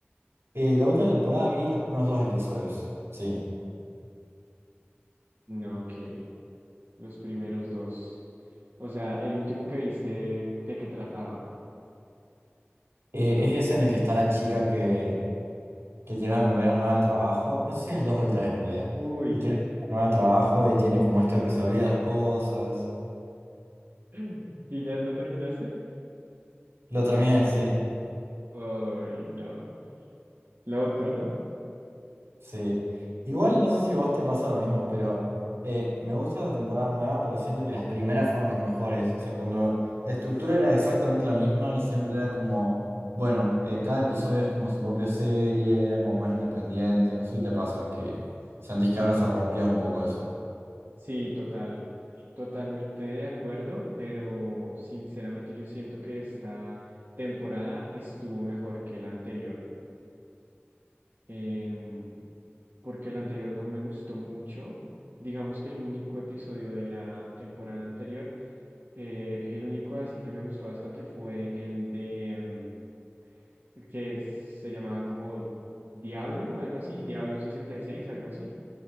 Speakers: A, on the right; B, on the right.
A: Eh, la última temporada vi los primeros dos episodios, sí.
B: No, ok. Los primeros dos. O sea, el último que viste, ¿de qué trataba?
A: Eh, es ese en el que está la chica que, que tiene una compañera nueva de trabajo. No sé si es el 2 o el 3 en realidad.
B: Uy.
A: Que tiene una compañera nueva de trabajo y tiene como esto de que se olvida las cosas.
B: <laughs> ¿Y ya lo terminaste?
A: Lo terminé, sí.
B: Uy, no. Loco, ¿no?
A: Sí. Igual no sé si a vos te pasa lo mismo, pero eh, me gusta la temporada nueva, pero siento que las primeras fueron las mejores. O sea, cuando la estructura era exactamente la misma y siempre era como, bueno, eh, cada episodio es como su propia serie, era como más independiente. No sé si te pasa que sentís que ahora se rompió un poco eso.
B: Sí, total. Totalmente de acuerdo, pero sinceramente yo siento que esta temporada estuvo mejor que la anterior. em, porque el anterior no me gustó mucho. Digamos que el único episodio de la temporada anterior, eh, el único así que me gustó bastante fue el de em, el que se llamaba como Diablo, algo así, Diablo 66 algo así,